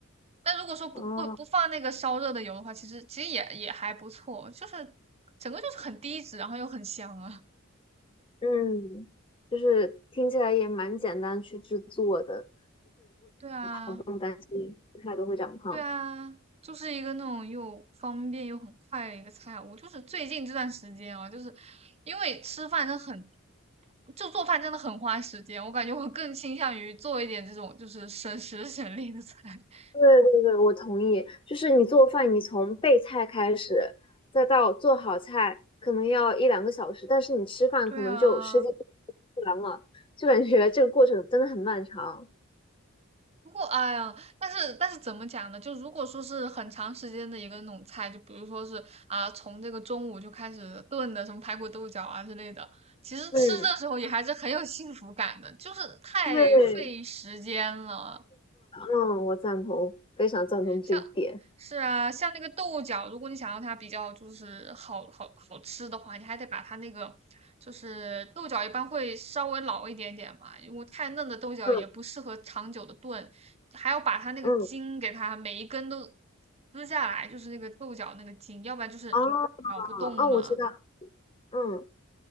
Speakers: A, on the right (about 30°); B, on the left (about 25°).
A: 但如果说不不不放那个烧热的油的话，
B: 嗯
A: 其实其实也也还不错，就是整个就是很低脂，然后又很香啊。
B: 嗯，就是听起来也蛮简单去制作的，
A: 对啊，
B: 不用担心吃太多会长胖。
A: 对啊，就是一个那种又方便又很快的一个菜。我就是最近这段时间啊，就是因为吃饭真的很，就做饭真的很花时间。我感觉我更倾向于做一点这种就是省时省力的菜。<laughs>
B: 对对对，我同意。就是你做饭，你从备菜开始，再到做好菜，可能要一两个小时，但是你吃饭可能就十几分钟
A: 对啊，
B: 就完了，就感觉这个过程真的很漫长。
A: 不过，哎呀，但是但是怎么讲呢？就如果说是很长时间的一个那种菜，就比如说是啊，从这个中午就开始炖的，什么排骨豆角啊之类的，其实吃的时候也还是很有幸福感的，
B: 嗯，
A: 就是太费时间了。
B: 对，嗯，我赞同，非常赞同这一点。
A: 像。是啊，像那个豆角，如果你想要它比较就是好好好吃的话，你还得把它那个就是豆角一般会稍微老一点点嘛，因为太嫩的豆角也不适合长久的炖，
B: 嗯
A: 还要把它那个筋给它每一根都
B: 嗯，
A: 撕下来，就是那个豆角那个筋，要不然就是咬不动嘛。
B: 啊哦，嗯我知道，嗯。